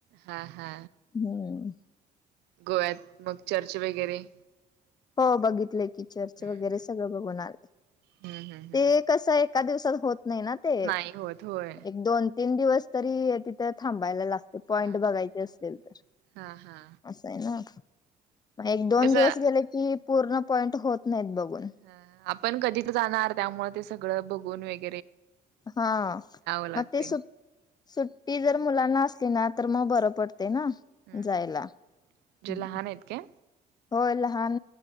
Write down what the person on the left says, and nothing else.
हम्म
हो, बघितलं की चर्च
वगैरे
सगळं बघून आले.
ते कसं एका दिवसात होत नाही ना ते
एक दोन तीन दिवस तरी तिथं थांबायला लागते पॉइंट
बघायचे असेल तर.
<inaudible> ना मग एक दोन
दिवस गेले की पूर्ण पॉईंट होत नाहीत बघून.
हा
मग ते सु सुट्टी जर मुलांना असली ना तर मग बरं पडते ना.
जायला
हम्म
होय लहान,